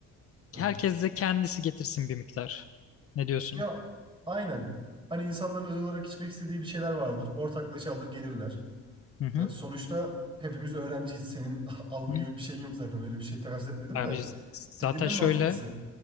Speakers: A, on the right (about 15°); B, on the left (about 45°).
A: hı.
B: herkes de kendisi getirsin bir miktar. Ne diyorsun?
A: Ya aynen. Hani insanların özel olarak içmek istediği bir şeyler vardır. Ortaklaşa alır gelirler.
B: hı hı,
A: Ya sonuçta hepimiz öğrenciyiz. Senin <laughs> alma
B: hı.
A: gibi bir şeyin yok zaten. Öyle bir şey takas etmedim
B: Abi
A: de.
B: z-
A: Dediğin
B: zaten
A: en
B: şöyle
A: mantıklısı.